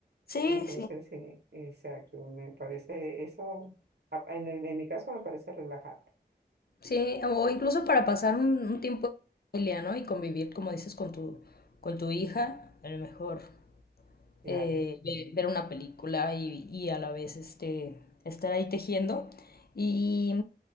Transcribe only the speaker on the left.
Sí,
sí,
sí, o incluso para pasar un, un tiempo en familia, ¿no? Y convivir, como dices, con tu, con tu hija, a lo mejor
eh, ve- ver una película y, y a la vez este, estar ahí tejiendo. Y,